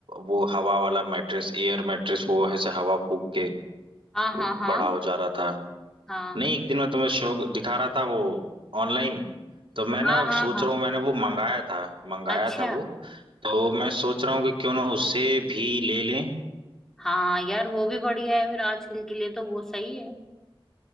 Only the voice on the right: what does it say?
वो हवा वाला मैट्रेस एयर मैट्रेस वो ऐसे हवा फूक के
वो
बड़ा हो जा रहा था
नहीं एक दिन मैं तुम्हें शो दिखा रहा था वो ऑनलाइन तो मैं
ना
सोच
रहा हूँ मैंने वो मंगाया था मंगाया
था वो तो मैं सोच रहा हूँ कि क्यों ना उससे भी ले लें